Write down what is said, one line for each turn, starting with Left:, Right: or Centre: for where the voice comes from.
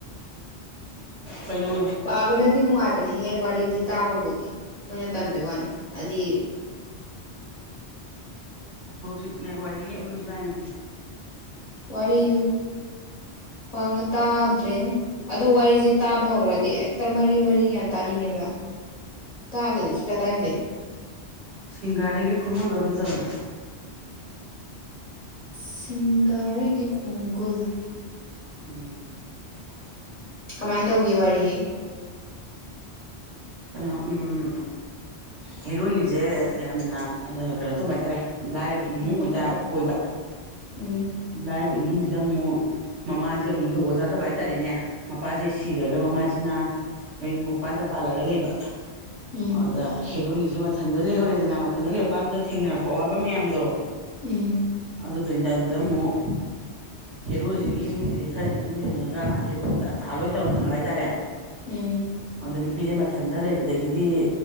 Right: ꯀꯩꯅꯣ
Left: ꯄꯥꯕꯅꯗꯤ ꯅꯨꯡꯉꯥꯏꯕꯅꯦꯍꯦ ꯋꯥꯔꯤꯗꯤ ꯇꯥꯕꯕꯨꯗꯤ ꯈꯣꯏꯅ ꯇꯟꯕꯩ ꯋꯥꯅꯤ ꯍꯥꯏꯗꯤ
Right: ꯍꯧꯖꯤꯛꯅꯦ ꯋꯥꯔꯤ ꯑꯃꯁꯨ ꯂꯥꯛꯏꯝꯅꯤ
Left: ꯋꯥꯔꯤꯖꯨ ꯄꯥꯛꯅ ꯇꯥꯗ꯭ꯔꯦꯅꯦ ꯑꯗꯣ ꯋꯥꯔꯤꯁꯦ ꯇꯥꯕ ꯍꯧꯒ꯭ꯔꯗꯤ ꯍꯦꯛꯇ ꯃꯔꯤ ꯃꯔꯤ ꯌꯥꯝ ꯇꯥꯅꯤꯡꯉꯦꯕ ꯇꯥꯗꯗꯤ ꯁꯨꯛꯇꯥ ꯇꯥꯅꯤꯡꯗꯦ ꯑꯩ
Right: ꯁꯤꯡꯒꯥꯔꯩꯒꯤ ꯈꯣꯡꯒꯨꯟꯗꯣ ꯐꯖꯕꯅꯦ
Left: ꯁꯤꯡꯒꯥꯔꯩꯒꯤ ꯈꯣꯡꯒꯨꯜ
Right: ꯎꯨꯝ
Left: ꯀꯃꯥꯏ ꯇꯧꯒꯦ ꯋꯥꯔꯤ꯫
Right: ꯀꯩꯅꯣ ꯎꯝ ꯍꯦꯔꯣꯅꯤꯖꯦ ꯌꯥꯝꯅ ꯀꯩꯅꯣ ꯇꯧꯕ ꯍꯥꯏꯇꯥꯔꯦ ꯂꯥꯏꯔꯕ ꯏꯃꯨꯡ
Left: ꯎꯝ
Right: ꯑꯣꯏꯇꯕ ꯑꯣꯏꯕ꯫
Left: ꯎꯝ꯫
Right: ꯂꯥꯏꯔꯕ ꯏꯃꯨꯡꯖꯤꯗ ꯑꯃꯨꯛ ꯃꯃꯥꯖꯦ ꯑꯃꯨꯛ ꯖꯨꯒꯣꯠ ꯆꯥꯗꯕ ꯍꯥꯏꯇꯥꯔꯦꯅꯦ ꯃꯄꯥꯖꯦ ꯁꯤꯒ꯭ꯔꯒ ꯃꯃꯥꯖꯤꯅ ꯃꯌꯨꯝ ꯄꯪꯄꯥꯟꯗ ꯄꯥꯜꯂꯒ ꯂꯩꯕ
Left: ꯎꯝ
Right: ꯑꯗ ꯍꯦꯔꯣꯅꯤꯖꯦ ꯃꯊꯟꯗ ꯂꯩꯍꯧꯔꯦꯗꯅ ꯃꯊꯟꯗ ꯂꯩꯍꯧꯔꯀꯥꯟꯗ ꯊꯦꯡꯅꯔꯛꯄ ꯑꯋꯥꯕ ꯃꯌꯥꯝꯗꯣ꯫
Left: ꯎꯝ꯫
Right: ꯑꯗꯨꯗꯨꯏꯅꯤꯗ ꯑꯗꯨꯗ ꯑꯃꯨꯛ ꯍꯦꯔꯣꯖꯤꯒꯤ ꯏꯃꯨꯡꯖꯤꯗꯤ ꯈꯔꯗꯤ ꯑꯗꯨꯝ ꯂꯤꯡꯉꯒ ꯍꯦꯔꯣꯖꯤꯗ ꯑꯁꯥ ꯂꯣꯏ ꯇꯧꯔ ꯊꯝꯕ ꯍꯥꯏꯇꯥꯔꯦ꯫
Left: ꯎꯝ꯫
Right: ꯑꯗ ꯅꯨꯄꯤꯖꯦ ꯃꯊꯟꯗ ꯂꯩꯕꯗꯒꯤꯗꯤ